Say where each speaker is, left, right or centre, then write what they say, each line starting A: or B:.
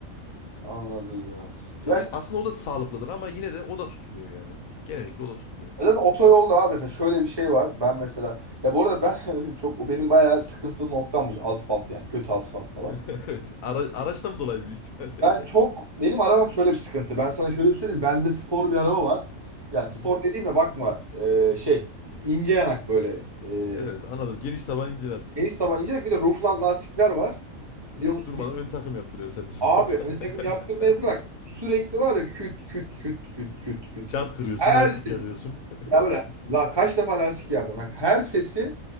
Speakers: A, on the right; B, on the left.
A: anladım.
B: Ya
A: Ya
B: o-
A: işte
B: aslında o da sağlıklıdır ama yine de o da tutmuyor yani. Genellikle o da tutmuyor.
A: Zaten otoyolda abi mesela şöyle bir şey var. Ben mesela ya bu arada ben <laughs> hani çok o benim bayağı sıkıntılı noktammış asfalt yani kötü asfalt falan.
B: <laughs> Evet. Ara, araçtan dolayı büyük ihtimalle.
A: Ben çok benim arabam şöyle bir sıkıntı. Ben sana şöyle bir söyleyeyim. Bende spor bir araba var. Yani spor
B: <laughs> Hı hı.
A: dediğime bakma e, şey ince yanak böyle
B: Evet
A: e,
B: anladım. Geniş taban ince lastik.
A: geniş taban ince yanak bir de roofland lastikler var. Biliyor
B: Evet,
A: musun?
B: durmadan
A: Bir,
B: ön takım yaptırıyorsun sen de
A: abi
B: o zaman.
A: ön takım yaptırmaya bırak.
B: <laughs>
A: Sürekli var ya küt küt küt küt küt küt
B: Jant
A: küt.
B: kırıyorsun,
A: Her
B: lastik
A: şey
B: yarıyorsun. <laughs>
A: Ya böyle la kaç defa lastik yardım. Bak her sesi